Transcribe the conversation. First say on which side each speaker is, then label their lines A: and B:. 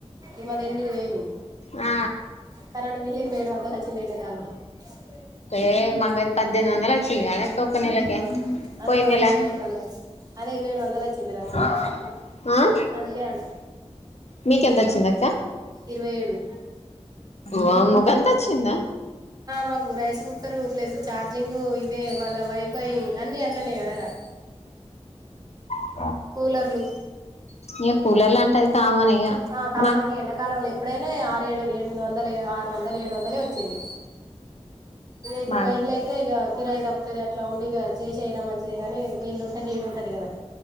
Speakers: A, on the right (about 35°); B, on the left (about 70°).
A: ఇవాళ ఎనిమిది వేలు.
B: ఆ
A: కరెం బిల్ ఇరవయ్ ఏడు వందలు వచ్చింది ఎండ కాలం చదివేల్
B: ఏ మాకు అయితే పద్దెనిది వందలు వచ్చింది గదిప్ ఒక నెలకే
A: ఆ అదే
B: పోయిన
A: మాకు
B: నెల
A: ఇరవై ఏడు వందలు అదే ఇరవై ఏడు వందలు వచ్చిందిరా మొన్న
B: ఆ
A: అందుకే అన్న
B: మీకెంత వచ్చింది అక్క?
A: ఇరవై ఏడు
B: వామ్మో గంత వచ్చిందా
A: మాకు రైస్ కుక్కరు ప్లస్ ఛార్జింగ్ ఇవే మళ్ళా వైఫై అన్నీ అన్నలనే కదారా
B: ఆ
A: కూలర్లు
B: ఇగ కూలర్లు అంటే అది కామన్ ఇగ
A: ఆ కామనకి
B: మా
A: ఎండాకాలం లో ఎప్పుడైనా ఆరు ఏడు రెండు వందలు ఆరు వందలు ఏడు వచ్చేది ఇప్పుడు
B: బాగు
A: అంతే గా కిరాయి దప్పతతు అట్లా ఉండి ఇ చేస అయినా మంచిదే కానీ ఒక ఇల్లుంటే నీట్ ఉంటుంది కదా